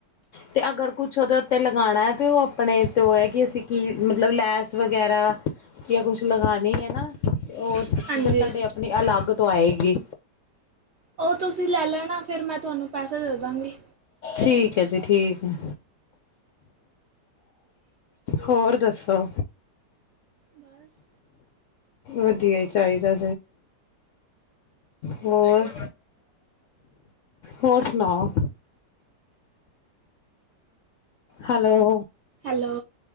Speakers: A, on the left; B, on the right.
A: ਤੇ ਅਗਰ ਕੁਛ ਉਹਦੇ ਉੱਤੇ ਲਗਾਉਣਾ ਹੈ ਤੇ ਉਹ ਆਪਣੇ ਤੇ ਉਹ ਹੈ ਕਿ ਅਸੀਂ ਕੀ ਮਤਲਬ ਲੈਸ ਵਗੈਰਾ ਜਾਂ ਕੁਛ ਲਗਾਉਣੀ ਹੈ ਨਾ ਤੇ ਉਹ ਫਿਰ
B: ਹਾਂਜੀ
A: ਤੁਹਾਡੇ ਆਪਣੀ ਅਲੱਗ ਤੋਂ ਆਏਗੀ।
B: ਉਹ ਤੁਸੀਂ ਲੈ ਲੈਣਾ ਫਿਰ ਮੈਂ ਤੁਹਾਨੂੰ ਪੈਸੇ ਦੇ ਦਾਂਗੀ।
A: ਠੀਕ ਹੈ ਜੀ ਠੀਕ ਹੈ। ਹੋਰ ਦੱਸੋ।
B: ਬਸ
A: ਵਧੀਆ ਹੀ ਚਾਹੀਦਾ। ਹੋਰ, ਹੋਰ ਸੁਣਾਓ। ਹੈਲੋ।
B: ਹੈਲੋ।